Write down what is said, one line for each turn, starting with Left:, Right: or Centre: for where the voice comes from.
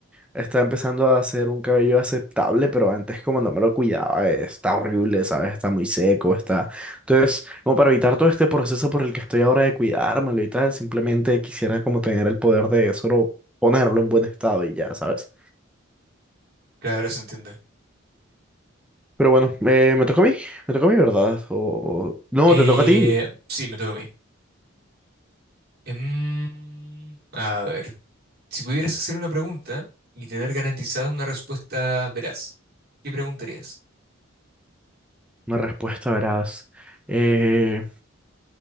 Centre: está empezando a hacer un cabello aceptable, pero antes como no me lo cuidaba, eh, está horrible, ¿sabes? Está muy seco, está... Entonces, como para evitar todo este proceso por el que estoy ahora de cuidármelo y tal, simplemente quisiera como tener el poder de solo ponerlo en buen estado y ya, ¿sabes?
Right: Claro, ahora se entiende.
Centre: Pero bueno, eh, me toca a mí, me toca a mí, ¿verdad? O... o- No,
Right: Eh,
Centre: te toca a ti.
Right: sí, me toca a mí. Em, a ver, si pudieras hacer una pregunta y tener garantizada una respuesta veraz, ¿qué preguntarías?
Centre: Una respuesta, verás. Eh,